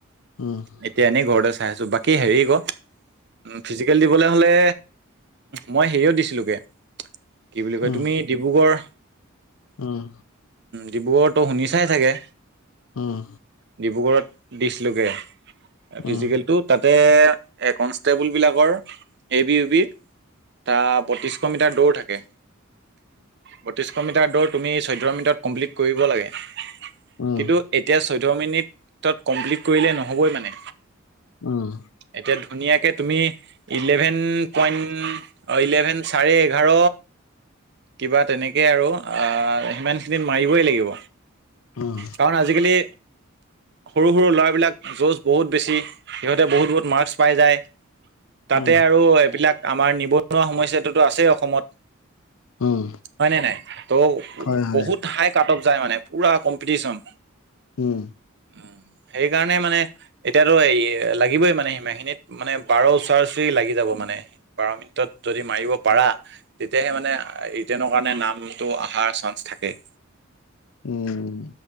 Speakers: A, on the left; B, on the right.
A: উম
B: এতিয়া এনেই ঘৰতে চাই আছোঁ বাকী হেৰিক ফিজিকেল দিবলৈ হ'লে মই সেয়ও দিছিলোগৈ কি বুলি কয়
A: উম
B: তুমি ডিব্ৰুগড়
A: উম
B: ডিব্ৰুগড়তো শুনি চাই ছাগে
A: উম
B: ডিব্ৰুগড়ত দিছিলগৈ
A: উম উম
B: ফিজিকেলটো তাতে কনষ্টেবলবিলাকৰ এ বি ইউ বি ত বত্ৰিশশ মিটাৰ দৌৰ থাকে। বত্ৰিশশ মিটাৰ দৌৰ তুমি চৈধ্য় মিনিটত কমপ্লিট কৰিব লাগে।
A: উম
B: কিন্তু এতিয়া চৈধয় মিনিটত কমপ্লিট কৰিলে নহবই মানে
A: উম
B: এতিয়া ধুনীয়াকে তুমি ইলেভেন পইণ্ট ইলেভেন চাৰেি এঘাৰ কিবা তেনেকৈ আৰু সিমানখিনিত মাৰিবই লাগিব
A: উম
B: কাৰণ আজিকালি সৰু সৰু ল'ৰাবিলাক যুঁজ বহুত বেছি সিহঁতে বহুত বহুত মাৰ্কচ পাই যায় তাতে
A: উম উম
B: আৰু এইবিলাক আমাৰ নিবনুৱা সমস্যা টোতো আছেই অসমত
A: উম
B: হয় নে নাই <unintelligible>
A: হয় হয়
B: বহুত হাইক,। কাট অফ যায় মানে পুৰা কম্পিটিচন
A: উম
B: উম, সেইকাৰণে মানে এতিয়াতো এই লাগিবই মানে সীমা খিনিত মানে বাৰ ওচৰ চৰি লাগি যাব মানে। বাৰ মিনিটত যদি মাৰিব পাৰা তেতিয়াহে মানে ৰিতেনৰ কাৰণে নামটো অহাৰ চান্স থাকে,।
A: উম।